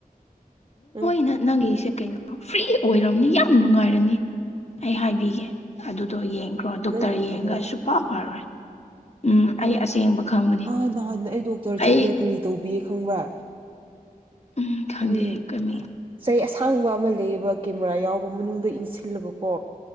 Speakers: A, on the right; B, on the left.
A: ꯎꯝ
B: ꯅꯪ ꯅꯪꯒꯤꯁꯦ ꯀꯩꯅꯣ ꯐ꯭ꯔꯤ ꯑꯣꯏꯔꯝꯅꯤ ꯌꯥꯝ ꯅꯨꯡꯉꯥꯏꯔꯅꯤ ꯑꯩ ꯍꯥꯏꯕꯤꯒꯦ ꯑꯗꯨꯗꯣ ꯌꯦꯡꯈ꯭ꯔꯣ ꯗꯣꯛꯇꯔ
A: ꯅꯪꯒꯤ
B: ꯌꯦꯡꯉꯒꯁꯨ
A: ꯐꯕ꯭ꯔꯣ
B: ꯄ ꯐꯔꯣꯏ ꯎꯝ ꯑꯩ ꯑꯁꯦꯡꯕ ꯈꯪꯕꯅꯤ
A: ꯑꯥ ꯅꯍꯥꯟꯅ ꯑꯩ ꯗꯣꯛꯇꯔ
B: ꯑꯩ
A: ꯆꯠꯂꯦ ꯀꯔꯤ ꯇꯧꯕꯤ ꯈꯪꯕ꯭ꯔꯥ
B: ꯎꯝ ꯈꯪꯗꯦ
A: ꯎꯝ
B: ꯀꯝꯃꯤ
A: ꯆꯩ ꯑꯁꯥꯡꯕ ꯑꯃ ꯂꯩꯕ ꯀꯦꯃꯦꯔꯥ ꯌꯥꯎꯕ ꯃꯅꯨꯡꯗ ꯏꯟꯁꯤꯜꯂꯒ ꯀꯣ